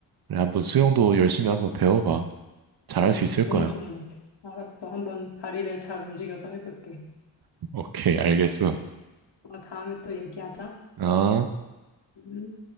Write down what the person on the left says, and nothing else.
음,
너무
좋은 것 같아. 알았어. 한번 다리를 잘 움직여서 해볼게.
어, 다음에 또 얘기하자.
음.